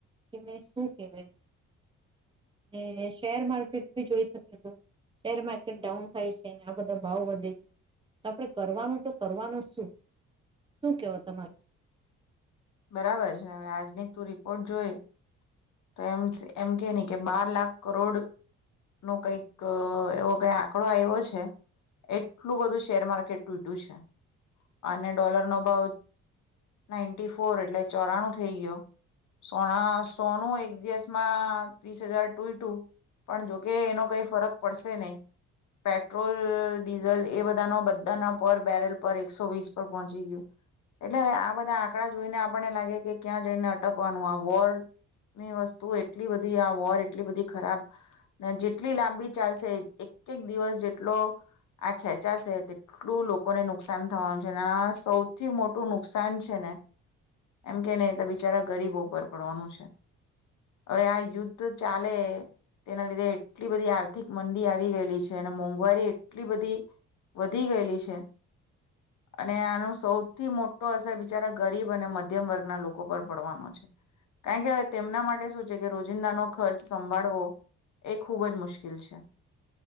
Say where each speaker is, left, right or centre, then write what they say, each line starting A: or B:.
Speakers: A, on the right; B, on the left.
A: કે મેં શું કે ને શેર માર્કેટ બી જોઈ શકે શેર માર્કેટ ડાઉન થાય છેને આ બધા ભાવ વધે છે આપણે કરવાનું તો કરવાનું શું શું કેવો તમારું.
B: બરાબર છે હવે આજની તું રિપોર્ટ જોય તો એમ એમ કે નહી કે બાર લાખ કરોડ નો કંઈક એવો કઈ આંકડો આવ્યો છે એટલું બધું શેર માર્કેટ તૂટ્યું છે અને ડોલરનો ભાવ નાઈન્ટી ફોર એટલે ચોરાણું થઈ ગયો. સોના સોન હુ એક દિવસમાં ત્રીસ હજાર તુંઈટુ પણ જોકે એનો કઈ ફરક પડશે નહી પેટ્રોલ ડીઝલ એ બધાનો બધાના પર બેરલ પર એકસો વીસ પર પહોંચી ગયું એટલે હવે આ બધા આંકડા જોઈને આપણને લાગે કે ક્યાં જઈને અટકવાનું આ વોર વસ્તુ એટલી બધી આ વોર એટલી બધી ખરાબ ને જેટલી લાંબી ચાલશે એક એક દિવસ જેટલો આ ખેંચાશે તેટલું લોકોને નુકસાન થવાનું છે અને આ સૌથી મોટું નુકસાન છે ને એમ કે નહી તો બિચારા ગરીબો પર પડવાનું છે. હવે આ યુદ્ધ ચાલે તેના લીધે એટલી બધી આર્થિક મંદી આવી ગયેલી છે અને મોંઘવારી એટલી બધી વધી ગયેલી છે અને આનો સૌથી મોટો અસર બિચારા ગરીબ અને મધ્યમ વર્ગના લોકો પર પડવાનો છે કારણ કે હવે તેમના માટે શું છે કે રોજિંદાનો ખર્ચ સંભાળવો એ ખૂબ જ મુશ્કેલ છે.